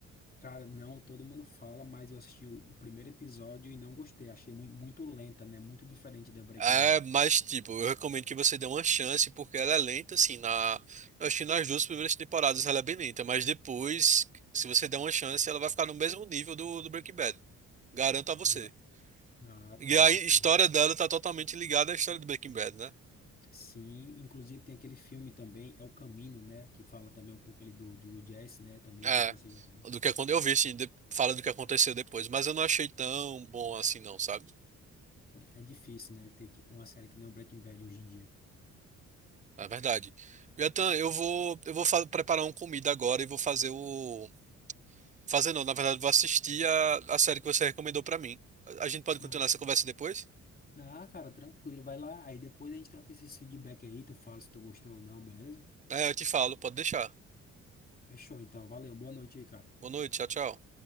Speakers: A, on the left (about 30°); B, on the right (about 25°).
A: Cara, não, todo mundo fala, mas eu assisti o o primeiro episódio e não gostei. Achei mui- muito lenta, né? Muito diferente da Breaking
B: É,
A: Bad.
B: mas tipo, eu recomendo que você dê uma chance porque ela é lenta, assim, na, eu acho que nas duas primeiras temporadas ela é bem lenta, mas depois, se você der uma chance, ela vai ficar no mesmo nível do, do Breaking Bad. Garanto a você.
A: Ah, ah,
B: E
A: tá.
B: a história
A: Então.
B: dela tá totalmente ligada à história do Breaking Bad, né?
A: Sim, inclusive tem aquele filme também, é o Camino, né? Que fala também um pouco ali do, do, do jazz, né? Também
B: É,
A: não sei se você já viu.
B: do que quando eu vi, assim, de- fala do que aconteceu depois, mas eu não achei tão bom assim, não, sabe?
A: É, é difícil, né? Ter que- uma série que nem o Breaking Bad hoje em dia.
B: É verdade. Yatan, eu vou, eu vou fa- preparar uma comida agora e vou fazer o. Fazer não, na verdade, vou assistir a, a série que você recomendou pra mim. A a gente pode continuar
A: Ah,
B: essa conversa depois?
A: ah, cara, tranquilo, vai lá. Aí depois a gente troca esses feedback aí, tu fala se tu gostou ou não, beleza?
B: É, eu te falo, pode deixar.
A: Fechou, então. Valeu, boa noite aí, cara.
B: Boa noite, tchau, tchau.